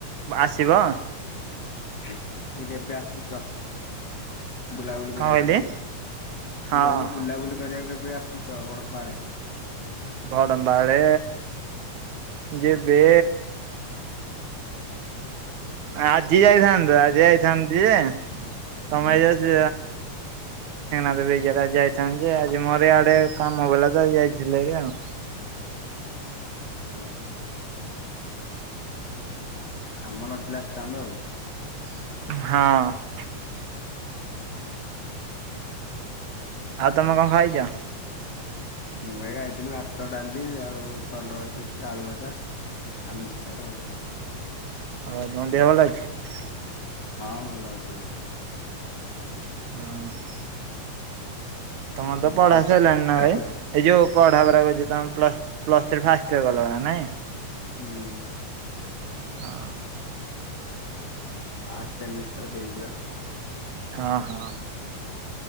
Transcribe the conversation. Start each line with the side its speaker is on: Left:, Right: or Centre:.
Right: ଆସିବ।
Left: <unintelligible> ଯବେ ଆସୁଛ। । ବୁଲାବୁଲି
Right: କଣ
Left: କରିବାକୁ
Right: କହିଲି
Left: ମ ମୁଁ
Right: ହଁ
Left: କହିଲି
Right: ହଁ
Left: ବୁଲାବୁଲି କରିବାକୁ କେବେ ଆ । ଶ ତ ବଡ଼ ପାଡେ <unintelligible>
Right: ବଡମ୍ବା ଆଡେ ଯିବେ ଆଜି ଯାଇଥାନ୍ତି ଆଜି ଯାଇଥାନ୍ତି ଯେ ତମେ
Left: ହୁଁ
Right: ବ୍ରିଜ ଆଡେ ବ୍ରିଜ ଆଡେ ଆଜି ଯାଇଥାନ୍ତ ଯେ ଆଜି ମୋର ଇଆଡ଼େ କାମ ପଡିଲା ତ ଯାଇଥିଲେ ଭାରି ଆଉ।
Left: ଓହୋ କାମ ନଥିଲେ ଆସିଥାନ୍ତ ଆଉ।
Right: ହଁ, ଆଉ ତମେ କଣ ଖାଇଛ?
Left: ମୁଁ ଏଇ ଖାଇଥିଲି ଭାତ ଡାଲି ଆଉ କଲର ଚିପସ ଆଳୁ ଭଜା। ଆଉ ମିକ୍ସଚର ଆଉ।
Right: ଆଉ ତମ ଦେହ ଭଲ ଅଛି।
Left: ହଁ ଭଲ ଅଛି ଏବେ।
Right: <unintelligible> ତମର ତ
Left: ରିପୋର୍ଟ
Right: ପଢା ସରିଲାଣି ନା
Left: ଟା
Right: ଭାଇ
Left: ହୁଁ
Right: ଏଇ ଯୋଉ ପଢା ଗୁ୍ରା ଅଛି ତମେ plus plus three first year କଲ ନା ନାଇଁ?
Left: ହୁଁ
Right: ହଁ
Left: ଫାଷ୍ଟ ସେମିଷ୍ଟର ଦେଇଛି ପା।
Right: ହଁ ହଁ